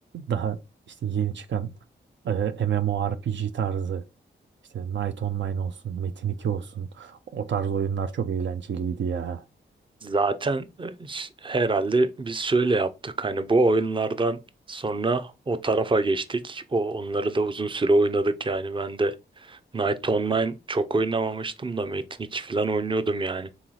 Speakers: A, on the right (about 65°); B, on the right (about 25°).
A: daha işte yeni çıkan e, MMORPG tarzı işte Knight Online olsun, Metin 2 olsun o tarz oyunlar çok eğlenceliydi ya. <laughs>
B: Zaten e, ş- herhalde biz şöyle yaptık. Hani bu oyunlardan sonra o tarafa geçtik. O onları da uzun süre oynadık yani. Ben de Night Online çok oynamamıştım da Metin 2 falan oynuyordum yani.